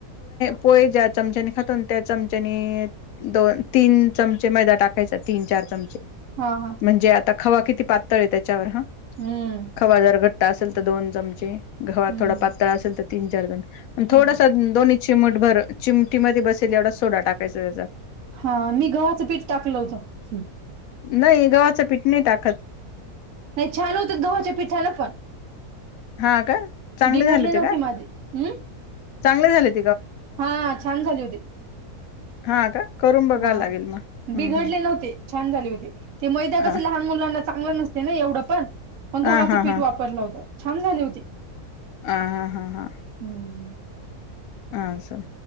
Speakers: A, on the left; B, on the right.
A: पोय ज्या चमच्यानी खातो त्या चमच्यानी दोन तीन चमचे मैदा टाकायचा तीनं चार चमचे
B: हा हा
A: म्हणजे आता खवा किती पातळ आहे त्यांच्यावर हा
B: हम्म
A: खवा जर घट्टा असेल तर दोन चमचे खवा
B: हम्म
A: थोडा पातळ असेल तर तीनं चार जणं
B: हम्म
A: थोडासा दोन्हीं चीमूट बरं चिमटीमध्ये बसेलेल एवढा सोडा टाकायचा त्यांचा
B: हा मी गव्हाचं पीठ टाकलं होतं
A: नाहीं गव्हाच पीठ नाहीं टाकतं
B: नाहीं छान होता दोहाच्या पिठाणं पणं
A: हा का चांगले
B: बिघडले
A: झाले
B: नव्हते
A: ते का
B: माझे हम
A: चांगले झालेत
B: हा छान झाले होते
A: हा का करून बघायला
B: हा
A: लागेल मग हम्म
B: बिघडले
A: हम्म
B: नव्हते छान झाले होते ते मैद्या कस
A: अ
B: लहान मुलांना चांगलं नसत नाही एवढं पण मण गव्हाचं
A: हा हा
B: पीठ
A: हा
B: वापरलं होतं छान झाले होती.
A: आ हा हा हा
B: हम्म
A: ह सां